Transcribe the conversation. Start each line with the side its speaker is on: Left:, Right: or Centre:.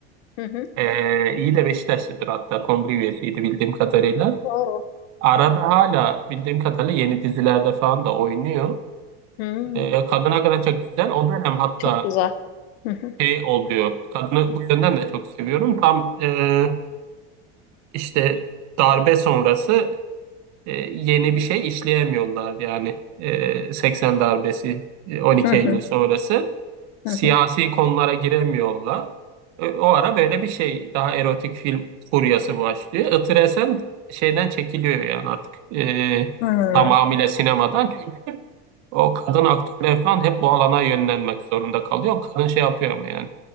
Left: Hı hı.
Right: Ee, iyi de Beşiktaşlıdır hatta kongre üyesiydi bildiğim kadarıyla.
Left: Oo.
Right: Arada hala bildiğim kadarıyla yeni dizilerde falan da oynuyor.
Left: Hmm,
Right: Ee, kadına göre çok güzel. O dönem hatta
Left: çok güzel. Hı hı.
Right: şey oluyor. Kadını bu yönden de çok seviyorum. Tam e, işte darbe sonrası e, yeni bir şey işleyemiyorlar. Yani e, 80 darbesi, e, on iki
Left: Hı hı.
Right: Eylül sonrası. siyasi
Left: Hı hı.
Right: konulara giremiyorlar. E, O ara böyle bir şey daha erotik film furyası başlıyor. Itır Esen şeyden çekiliyor yani artık e,
Left: Hı.
Right: tamamıyla sinemadan çünkü o kadın aktörler falan hep bu alana yönlenmek zorunda kalıyor. Kadın şey yapıyor mu yani